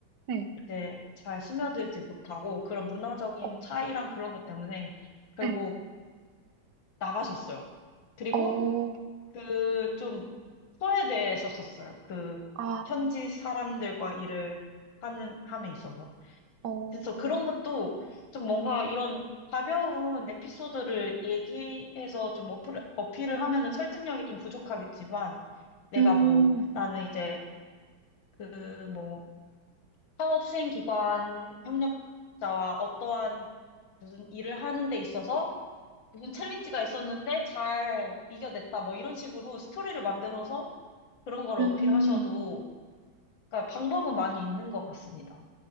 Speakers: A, on the right; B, on the left.
A: 네,
B: 이제 잘 스며들지 못하고 그런 문화적인
A: 어,
B: 차이랑 그런 것 때문에 결국
A: 네,
B: 나가셨어요. 그리고
A: 어,
B: 그 좀 소외되셨었어요. 그
A: 아,
B: 현지 사람들과 일을 하는, 함에 있어서.
A: 어,
B: 그래서 그런 것도 좀 뭔가 이런 가벼운 에피소드를 얘기해서 좀 어필, 어필을 하면은 설득력이 좀 부족하겠지만 내가
A: 음,
B: 뭐 나는 이제 그뭐 사업 시행 기관 협력자와 어떠한 무슨 일을 하는 데 있어서 무슨 챌린지가 있었는데 잘 이겨냈다. 뭐 이런 식으로 스토리를 만들어서 그런 걸 어필하셔도,
A: 음,
B: 그러니까 방법은 많이 있는 것 같습니다.